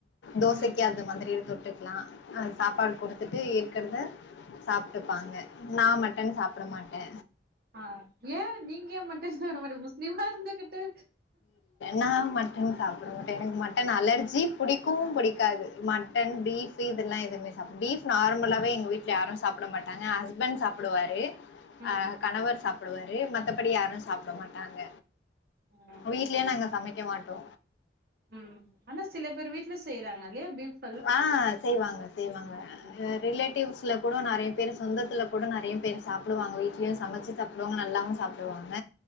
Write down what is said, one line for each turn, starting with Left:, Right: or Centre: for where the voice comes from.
Left: தோசைக்கு
Right: ம்
Left: அந்த மாதிரி தொட்டுக்கலாஅ சாப்பாடு குடுத்துட்டு இருக்கிறத சாப்பிட்டுப்பாங்க நான் மட்டன் சாப்பட மாட்டே
Right: அ ஏ நீங்க மட்டன் சாப்படமாட் முஸ்லீம்மா இருந்துகிட்டு
Left: நா மட்டன் சாப்பட மாட்டே எனக்கு மட்டன் அலர்ஜி பிடிக்கும்வு
Right: ஆ
Left: பிடிக்காது மட்டன் பீஃப் இதெல்லா எதுமே சாப் ஃபீப் நார்மலாவே எங்க வீட்டு யாரு சாப்ட மாட்டாங்க ஹஸ்பண்ட் சாப்டுவாரு
Right: ம் ம்
Left: கணவர் சாப்ப சாப்டுவாரு மத்தபடி யாரு சாப்பட மாட்டாங்க
Right: ஆ
Left: வீடலயே
Right: சரி
Left: நாங்க சமைக்க மாட்டோ
Right: ம் ஆனா சில பேர் வீட்டுல செய்யறாங்க இல்லையா ஃபீப்
Left: ஆ செய்வாங்க செய்வாங்க
Right: ம்
Left: அ ரிலேட்டிவ்ஸ் ல கூட நெறைய பேர் சொந்தத்துல கூட நெறைய பேர் சாப்புடுவாங்க வீட்லயு சமச்சு சாப்புடுவாங்க நல்லாவு சாப்புடுவாங்க